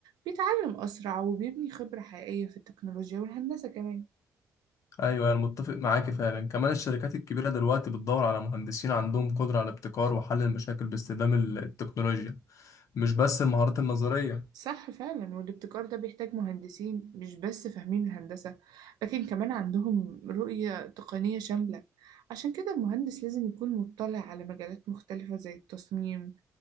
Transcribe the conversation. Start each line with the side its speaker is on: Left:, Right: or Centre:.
Right: بيتعلم أسرع وبيبني خبرة حقيقية في التكنولوجيا والهندسة كمان
Left: ايوه انا متفق معاك فعلا كمان الشركات الكبيره دلوقتي بتدور على مهندسين عندهم قدره على ابتكار وحل المشاكل باستخدام ال- التكنولوجيا مش بس المهارات النظريه
Right: صح فعلا والابتكار ده بيحتاج مهندسين مش بس فاهمين الهندسة لكن كمان عندهم رؤية تقنية شاملة عشان كده المهندس لازم يكون مطلع على مجالات مختلفة زي التصميم